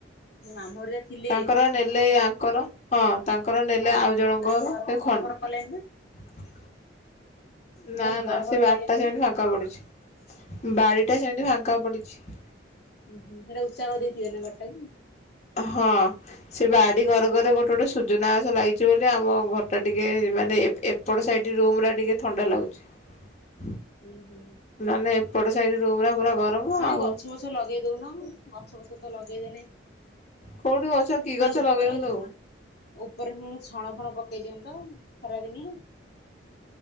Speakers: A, on the left (about 55°); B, on the left (about 35°).
A: ମାମୁଁ ଘର ଥିଲେ
B: ତାଙ୍କର ନେଲେ ଏ ଆଙ୍କର ହଁ ତାଙ୍କର ନେଲେ
A: ହଁ
B: ଆଉ ଜଣଙ୍କର
A: ମାନେ ଘର
B: ଏ ଖଣ୍ଡ
A: ଘର ଫର କଲେଣି ନା
B: ନା
A: ମୁଁ ଏ ଘର
B: ନା
A: ଫର
B: ସେ ବାରଟା
A: କଲେଣି ନା?
B: ସେମିତି ଫାଙ୍କା ପଡୁଛି ବାଡିଟା ସେମିତି ପକା ପଡ଼ିଛି।
A: ହଁ ହୁଁ ସେଇଟା ଉଚ୍ଚାଳ ଦେଇଥିବ ନା ବାଟାକୁ।
B: ହଁ ସେ ବାଡ଼ି ଘରର ଗଟେ ଗୋଟେ ସୁଜନା ଆସ ଲାଗଛି। ଯେ ବୋଲି ଆମ ଘରଟା ଟିକେ ମାନେ ଏପଟ ସାଇଡ଼ ରୁମା ଟିକେ ଥଣ୍ଡା ଲାଗୁଛି।
A: ହୁଁ ହୁଁ
B: ନହେଲେ ଏପଟ ସାଇଡ ରୁମ ଟା ପୁରା ଗରମ
A: ନ
B: ଆଉ
A: ଗଛ ଫଛ ଲଗେଇ ଦଉନା ଗଛ ଫଛ ଲଗେଇଦେଲେନ
B: କୋଉଠି ଗଛ କି ଗଛ
A: ଉପରେ
B: ଲଗେଇବୁଲୁ
A: ଉପରେେ ଛଣ ଫଣ ପ କେଇ ଦିଅନ୍ତ ଖରାଦିନି